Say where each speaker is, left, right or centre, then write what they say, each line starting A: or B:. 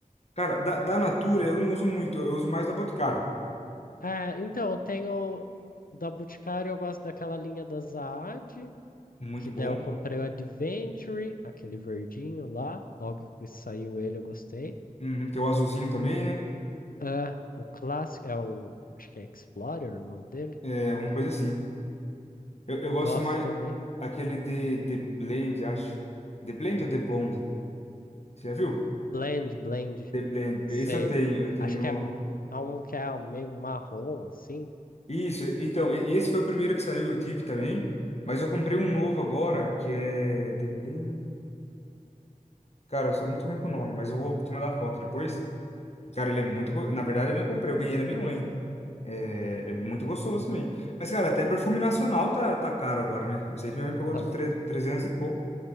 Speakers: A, on the left; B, on the left.
A: Cara, da, da Natura
B: E-
A: eu não uso muito, eu uso mais da Boticário.
B: É, então, eu tenho da Boticário, eu gosto daquela linha da Zaad,
A: Muito
B: Que daí
A: bom.
B: eu comprei o Adventure, aquele verdinho lá. Logo que saiu ele, eu gostei.
A: Uhum, tem o azulzinho também, né?
B: Ah, o clássico, é o. Acho que é Explorer o nome dele.
A: É, uma coisa assim. Eu, eu gosto
B: Gosto
A: mais
B: também.
A: aquele de The Blend, acho. The Blend ou The Blonde? Você já viu?
B: Blend, Blend.
A: The Blend.
B: Sei.
A: Esse eu tenho, eu tenho.
B: Acho que é, m- é um que é meio marrom, assim.
A: Isso, então, e- esse foi o primeiro que saiu, eu tive também. Mas eu comprei um novo agora, que é The Blend. Cara, eu sou muito ruim com o nome, mas eu vou te mandar foto depois. Cara, ele é muito. go- Na verdade, eu não comprei, eu ganhei da minha mãe. É, é muito gostoso também. Mas, cara, até perfume nacional tá, tá caro agora, né? Eu sei que minha mãe pagou
B: Tanto.
A: tipo tre- 300 e pouco.